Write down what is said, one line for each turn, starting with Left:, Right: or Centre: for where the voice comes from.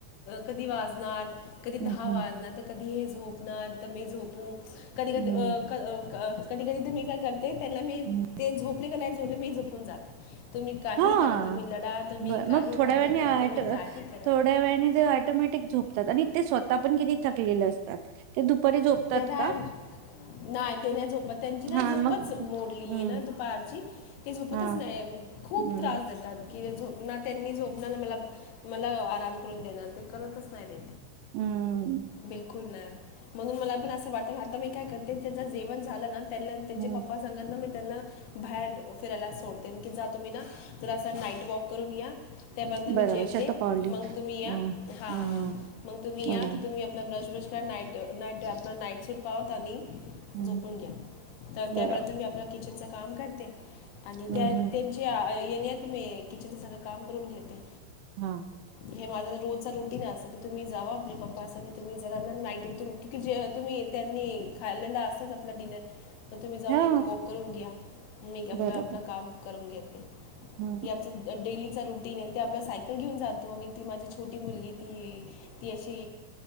Left: कधी वाजनार. कधी
Right: हम्म
Left: दहा वाजणार तर कधी हे झोपणार तर मी झोपू कधी -कधी
Right: हम्म
Left: का... क.. कधी- कधी ते मी काय करते त्यांना मी
Right: हम्म
Left: ते झोपले का नाही झोपले मी झोपून जाते. तुम्ही काही
Right: हा...
Left: करा तुम्ही लढा तुम्ही
Right: बर.
Left: काही
Right: मग
Left: भांडणं
Right: थोड्या वेळानी
Left: करा
Right: हाय..
Left: तुम्ही काही करा
Right: थोड्या वेळाने ते ऑटोमेटिक.. झोतात आणि ते स्वतः पण कि थकलेले असतात ते दुपारी झोपतात
Left: त्या दहा
Right: का.
Left: नाही ते ना झोप त्यांची ना
Right: हा
Left: झोपच
Right: मग
Left: मोडलीए
Right: हम्म
Left: ना.. दुपारची. ते झोपतच
Right: हा
Left: नाही खूप
Right: हम्म
Left: त्रास देतात की झोप.. ना... त्यांनी झोपणार मला... मला आराम करून देणार ते करतच नाही ते....
Right: हम्म
Left: बिलकुल नाही. म्हणून मला पण असं वाटत आता मी काय करते त्यांंच जेवण झालं ना आणि त्यांच्या
Right: हम्म
Left: पप्पास.. त्याना ना मी त्यांना बाहेर फिरायला सोडते की जा तुम्ही ना... तर असं नाईट वॉक करून या. त्यापर्यंत मी
Right: बरोबर
Left: जेवते
Right: शतपावली
Left: मग तुम्ही या.
Right: हं
Left: हा...
Right: हं
Left: मग तुम्ही
Right: बरोबर
Left: या तर तुम्ही आपला ब्रश -ब्रश करा नाईट. नाईट आपलं नाईट सूट पाहत आणि
Right: हं
Left: झोपून घ्या. तर
Right: बरोबर
Left: त्यापर्यंत मी आपल्या... किचनच काम करते. आणि
Right: हं
Left: त्या..
Right: हं
Left: त्यां... च्या.. येण्यात मी किचनचं सगळं काम करून घेते.
Right: हा...
Left: हे माझ रोजच रुटीन आहे असत. कि तुम्ही जावा आपले पप्पा असतात कि तुम्ही ना जरा नाईट. तु.. की... जे तुम्ही त्यांनी खाल्लेला असाच आपला डिनर. मग तुम्ही जाऊन
Right: हा
Left: एक वॉक करून घ्या. मी आपलं
Right: बरोबर
Left: -आपलं काम करून घेते.
Right: हं
Left: हे आमचं. <unintelligible> डेलीचा रुटीन आहे. ते आपला सायकल घेऊन जातो आणि ती माझी छोटी मुलगी ती. ती अशी